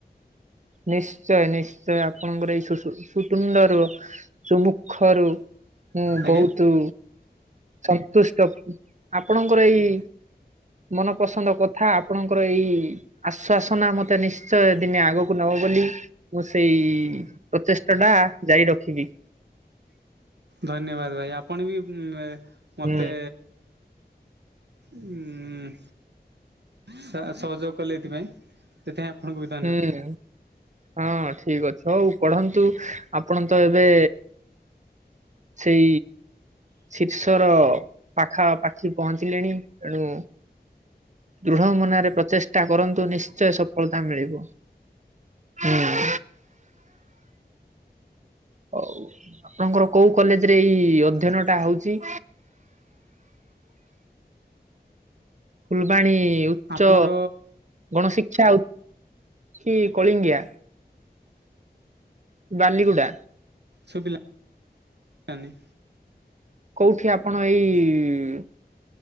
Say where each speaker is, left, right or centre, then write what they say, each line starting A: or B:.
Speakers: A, on the right (about 45°); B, on the right (about 80°).
A: ନିଶ୍ଚୟ ନିଶ୍ଚୟ, ଆପଣଙ୍କର ଏଇ ସୁ ସୁତୁଣ୍ଡ ରୁ ସୁମୁଖରୁ, ମୁଁ
B: ଆଜ୍ଞା
A: ବହୁତ ସନ୍ତୁଷ୍ଟ, ଆପଣଙ୍କର ଏଇ ମନପସନ୍ଦ କଥା, ଆପଣଙ୍କର ଏଇ ଆଶ୍ଵାସନା, ମତେ ନିଶ୍ଚୟ ଦିନେ ଆଗକୁ ନବ ବୋଲି ମୁଁ ସେଇ ପ୍ରଚେଷ୍ଟା ଟା ଜାରି ରଖିବି।
B: ଧନ୍ୟବାଦ ଭାଇ, ଆପଣ ବି ମତେ
A: ହୁଁ।
B: ଉଁ ଉଁ, ସ ସହଯୋଗ କଲେ ଏଥିପାଇଁ। ସେଥି ପାଇଁ ଆପଣଙ୍କୁ ବି <unintelligible>
A: ହୁଁ, ହଁ ଠିକ୍ ଅଛ, ହଉ ପଢନ୍ତୁ, ଆପଣ ତ ଏବେ ସେଇ ଶୀର୍ଷର ପାଖାପାଖି ପହଞ୍ଚିଲେଣି, ଏଣୁ ଦୃଢ ମନରେ ପ୍ରଚେଷ୍ଟା କରନ୍ତୁ, ନିଶ୍ଚୟ ସଫଳ ତା ମିିଳିବ, ହୁଁ। ଆଉ, ଆପଣଙ୍କର କୋଉ କଲେଜ ରେ ଏଇ ଅଧ୍ୟୟନ ଟା ହଉଚି? ଫୁଲବାଣୀ ଉଚ୍ଚ
B: ଆମର
A: ଗଣଶିକ୍ଷା, କି କଳିଙ୍ଗିଆ? ବାଲିଗୁଡା।
B: ଶୁବିିଲା ନି।
A: କୋଉଠି ଆପଣ ଏଇ